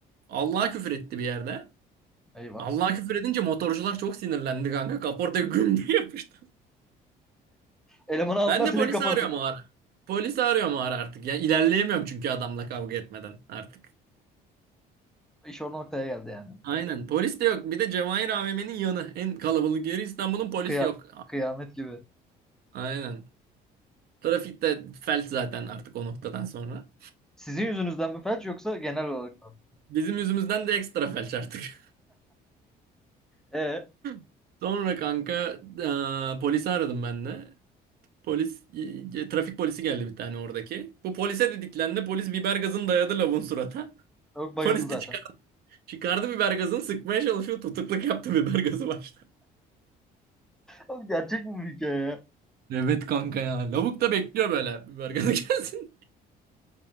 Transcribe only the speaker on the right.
Allah'a küfür etti bir yerde.
Allah'a küfür edince motorcular çok sinirlendi kanka. Kaportaya güm diye yapıştı.
Ben
de polisi
arıyorum o ara. Polisi arıyorum o ara artık. Ya ilerleyemiyorum çünkü adamla kavga etmeden artık.
Aynen. Polis de yok. Bir de Cevahir AVM'nin yanı. En kalabalık yeri İstanbul'un polis
yok.
Aynen. Trafik de felç zaten artık o noktadan sonra.
Bizim yüzümüzden de ekstra felç artık.
<laughs> Sonra kanka eee, polisi aradım ben de. Polis, e, trafik polisi geldi bir tane oradaki. Bu polise dediklerinde polis biber gazını dayadı lavun surata. <laughs>
Polis
de çıkar, çıkardı biber gazını sıkmaya çalışıyor. Tutukluk yaptı biber gazı başta.
Evet kanka ya. Lavuk da bekliyor böyle biber gazı <laughs> gelsin.